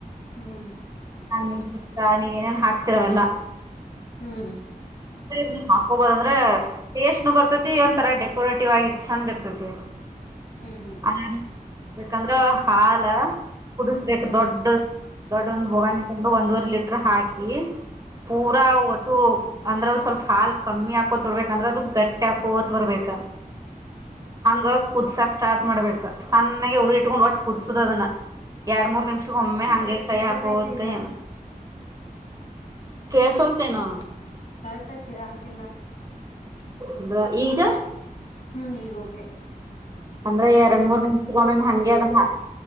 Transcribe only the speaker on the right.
<inaudible> ಪಿಸ್ತಾ ನೀವೇನೇನ್ ಹಾಕ್ತೀರಿ ಅವೆಲ್ಲಾ.
<unintelligible> ನೀವ್ ಹಾಕೋಬಹುದಂದ್ರೆ ಟೇಸ್ಟ್ ನು ಬರ್ತೈತಿ ಒಂತರಾ ಡೆಕೋರೇಟಿವ್ ಆಗಿ ಚಂದ್ ಇರ್ತೈತೆ
<inaudible> ಮಾಡಬೇಕಂದ್ರ ಹಾಲ ಕುದಿಸಬೇಕ್
ದೊಡ್ಡ ದೊಡ್ ಒಂದು ಬೋಗಣಿ ತಗೊಂಡು ಒಂದೂವರೆ ಲೀಟರ್ ಹಾಕಿ ಪೂರಾ ಒಟ್ಟು ಅಂದ್ರೆ ಸ್ವಲ್ಪ ಹಾಲ್ ಕಮ್ಮಿ ಹಾಕೋತ ಬರ್ಬೇಕಂದ್ರೆ ಅದು ಗಟ್ಟಿ ಹಾಕೋತ್ ಬರ್ಬೇಕ. ಹಂಗ ಕುದ್ಸಾಕ್ ಸ್ಟಾರ್ಟ್ ಮಾಡ್ಬೇಕಕ್ ಸಣ್ಣಾಗ ಹುರಿ ಇಟ್ಕೊಂಡ್ ಒಟ್ಟ ಕುದಸುದ ಅದನ್ನ ಎರಡ್ ಮೂರ್ ನಿಮಿಷ ಒಮ್ಮೆ ಹಂಗೆ
ಕೈ ಹಾಕೋದ
ಕೈ
ಕೇಳುಸ್ವಂತೇನೋ
ಅಂದ್ರ ಈಗ
ಅಂದ್ರೆ ಎರಡ್ ಮೂರ್ ನಿಮ್ಷದ ಮೇಮ್ ಹಂಗೆ ಅದನ್ನ